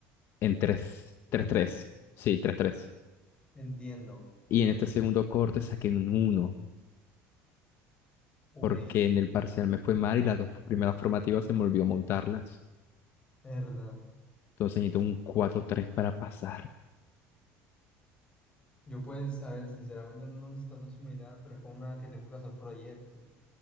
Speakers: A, on the left; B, on the left.
A: en 3 3 3, sí, tres tres,
B: Entiendo.
A: Y en este segundo corte saqué un uno
B: Uy,
A: porque en el parcial me fue mal y las dos primeras formativas se me olvidó montarlas.
B: verdad.
A: Entonces necesito un 4 3 para pasar.
B: Yo pues, a ver, sinceramente ando en una situación similar, pero es con una que tengo que hacer un proyecto.